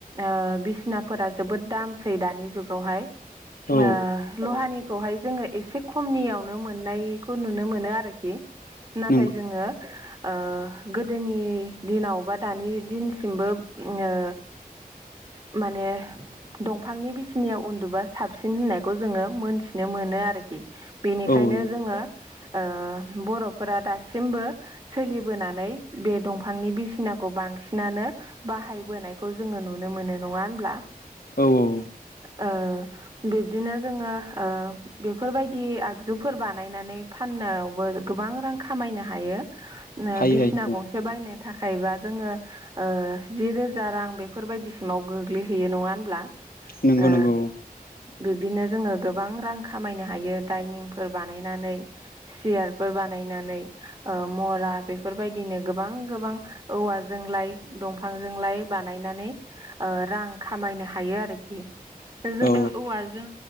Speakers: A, on the right; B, on the left.
A: ओ बिसनाफोरा जोबोद दामसै दानि जुगावहाय
B: औ
A: ओ ल'हानिखौहाय जोङो एसे खमनियावनो मोननायखौ नुनो मोनो आरोखि नाथाय
B: नंगौ
A: जोङो ओ गोदोनि दिनाव बा दानि दिनसिमबो ओम ओ माने दंफांनि बिसिनायाव उन्दुबा साबसिन होननायखौ जोङो मोनथिनो मोनो आरोखि बेनिखायनो
B: औ नंगौ
A: जोङो ओ बर'फोरा दासिमबो सोलिबोनानै बे दंफांनि बिसिनाखौ बांसिनानो बाहायबोनायखौ जोङो नुनो मोनो नङा होनब्ला?
B: औ औ
A: ओ बिब्दिनो जोङो ओ बिफोरबायदि आगजुफोर बानायनानै फाननायावबो गोबां रां खामायनो हायो ओ
B: हायो
A: बिसिना
B: हायो औ
A: गंसे बायनो थाखायबा जोङो ओ जि रोजा रां बे फोरबायदिसिमाव गोग्लैहैयो नङा होनब्ला
B: नंगौ
A: ओ
B: नंगौ
A: बिब्दिनो जोङो गोबां रां खामायनो हायो डाइनिंफोर बानायनानै सियारफोर बानायनानै ओ मरा बेफोरबायदिनो गोबां गोबां औवाजोंलाय दंफांजोंलाय बानायनानै ओ रां खामायनो हायो आरोखि जोङो
B: औ
A: औवाजों